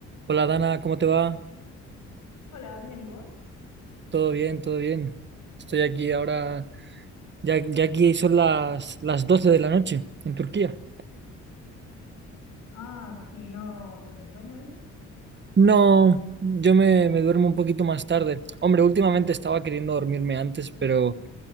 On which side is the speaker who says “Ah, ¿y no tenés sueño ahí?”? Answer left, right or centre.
Left